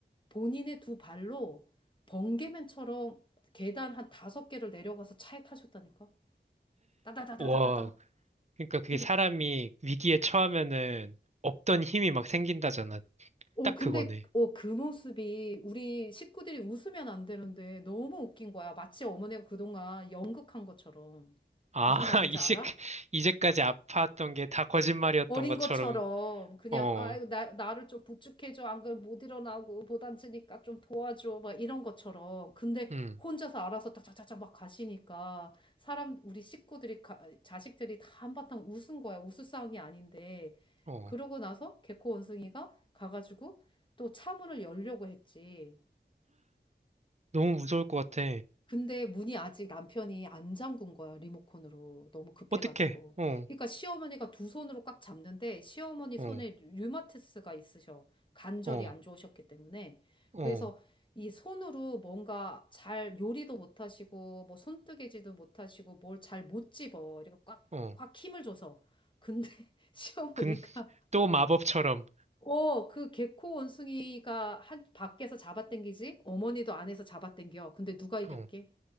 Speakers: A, on the left; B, on the right.
A: 본인의 두 발로 번개맨처럼 계단 한 다섯 개를 내려가서 차에 타셨다니까? 따다다다다다다.
B: 와, 그러니까 그게
A: 근데,
B: 사람이 위기에 처하면은 없던 힘이 막 생긴다잖아.
A: 어,
B: 딱
A: 근데,
B: 그거네.
A: 어, 그 모습이 우리 식구들이 웃으면 안 되는데 너무 웃긴 거야. 마치 어머니가 그동안 연극한 것처럼.
B: 아,
A: 무슨
B: <laughs>
A: 말인지
B: 이제,
A: 알아?
B: 이제까지 아팠던 게 다 거짓말이었던
A: 어린
B: 것처럼,
A: 것처럼 그냥
B: 어,
A: 아이고 나 나를 좀 부축해줘 안 그러면 못 일어나고 못 앉으니까 좀 도와줘 막 이런 것처럼 근데
B: 음,
A: 혼자서 알아서 딱딱딱딱 막 가시니까 사람 우리 식구들이 가, 자식들이 다 한바탕 웃은 거야 웃을 상황이 아닌데
B: 어.
A: 그러고 나서 개코 원숭이가 가가지고 또 차문을 열려고 했지
B: 너무 무서울 것 같아.
A: 근데 문이 아직 남편이 안 잠근 거야, 리모컨으로. 너무 급해가지고.
B: 어떡해, 어,
A: 그러니까 시어머니가 두 손으로 꽉 잡는데 시어머니
B: 어,
A: 손에 류마티스가 있으셔. 관절이
B: 어,
A: 안 좋으셨기 때문에.
B: 어,
A: 그래서 이 손으로 뭔가 잘 요리도 못 하시고, 뭐 손뜨개질도 못 하시고, 뭘 잘 못 집어. 이렇게 꽉,
B: 어.
A: 꽉 힘을 줘서. 근데 <laughs> 시어머니가
B: 근, 또 마법처럼,
A: 어, 그 개코 원숭이가 한 밖에서 잡아당기지? 어머니도 안에서 잡아당겨. 근데 누가 이겼게?
B: 어,